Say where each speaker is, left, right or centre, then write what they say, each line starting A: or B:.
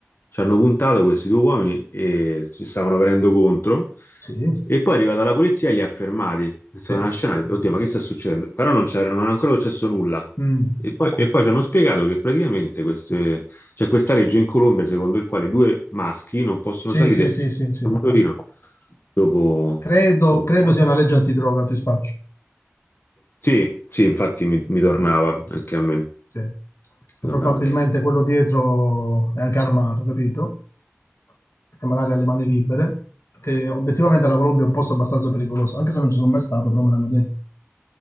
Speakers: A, on the left; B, on the left.
A: ci hanno puntato questi due uomini e ci stavano venendo contro.
B: sì,
A: E poi è arrivata la polizia e li ha fermati. È stata
B: sì,
A: una scena, oddio, ma che sta succedendo? Però non c'era, non è ancora successo nulla.
B: Mm.
A: E poi, e poi ci hanno spiegato che praticamente queste, c'è questa legge in Colombia secondo il quale due maschi non possono
B: Sì,
A: salire
B: sì, sì, sì,
A: su
B: sì.
A: un motorino dopo...
B: Credo,
A: dopo-
B: credo sia una legge antidroga, antispaccio.
A: Sì, sì, infatti mi, mi tornava anche a me. Mi
B: Sì. Probabilmente
A: tornava anche a me.
B: quello dietro è anche armato, capito? Perché magari ha le mani libere, perché obiettivamente la Colombia è un posto abbastanza pericoloso, anche se non ci sono mai stato, però me l'hanno detto.